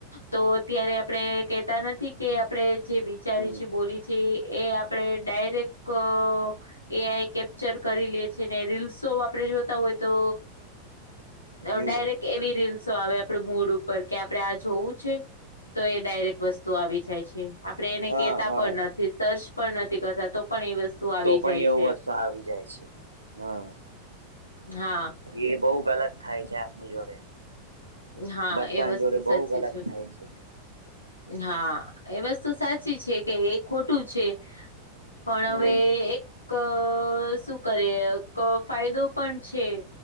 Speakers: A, on the left; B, on the right.
A: તો અત્યારે આપણે કેતા નથી કે આપણેે જે વિચારી
B: હમ
A: છએ બોલી છએ એ આપણે ડાયરેક્ટ અ એઆઈ કેપ્ચર કરી લે છે ને રીલ્સો આપણે જો જોતા હોય તો
B: હમ
A: અ ડાયરેક એવી રીલ્સો આવે આપડ મૂડ ઉપર કે આપડે આ જોવું છે. તો એ ડાયરેક્ટ વસ્તુ આવી જાય છે. આપડે એને
B: હા
A: કેતા
B: હા
A: પણ નથી સર્ચ પણ નથી કરતા તો પણ એ વસ્તુ આવી
B: તો પણ
A: જાય
B: એવું
A: છે
B: વસ્તુ આવી જાય છે હમ.
A: હા.
B: એ બહુ ગલત થાય છે આપની જોડે.
A: હા
B: બધાની
A: એ વસ્તુ
B: જોડે
A: સાચી
B: બહુ ગલત થાય છે.
A: હા એ વસ્તુ સાચી છે કે એ ખોટું છે પણ હવે
B: હમ
A: એક ક શું કરે કો ફાયદો પણ છે